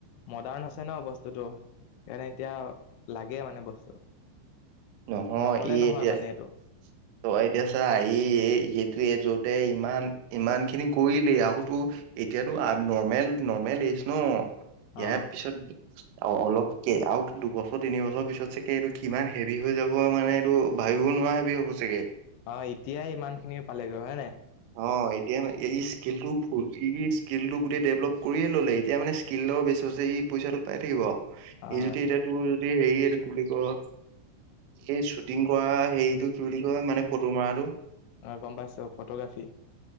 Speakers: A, on the left (about 85°); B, on the right (about 80°).
A: মডাৰ্ণ হৈছে ন! বস্তুটো। সেইকাৰণে এতিয়া লাগে মানে বস্তু।
B: নহয়,
A: নহ'লে
B: ই
A: নহয়
B: এতিয়া
A: মানে এইটো।
B: তই এতিয়া চা, ই <unintelligible> এজতে ইমান, ইমানখিনি কৰিলেই আৰুটো এতিয়াতো নৰ্মেল, নৰ্মেলেই <unintelligible> ইয়াৰ
A: অ',
B: পিছত অলপকে আৰু দুবছৰ, তিনিবছৰ পিছত চাগে এইটো কিমান হে বি, হৈ যাব মানে, এইটো ভাবিব নোৱাৰা হেভি হ'ব চাগে
A: অ', এতিয়াই ইমানখিনি পালেগৈ হয়, নাই?
B: অ এতিয়া এই ইস্কেলটো <unintelligible> স্কেলটো গোটেই ডেভলপ কৰিয়ে ল'লে, এতিয়া মানে স্কিলও বেছছে ই পইচাটো পাই থাকিব আৰু
A: অ',
B: ই, যদি এতিয়া তোৰ যদি হেৰি এইটো‌ কি বুলি কই এই শ্বুটিং কৰা হেৰিটো কি বুলি কয়? মানে ফটো মাৰাটো?
A: অ', গম পাইছোঁ, ফটোগ্ৰাফী৷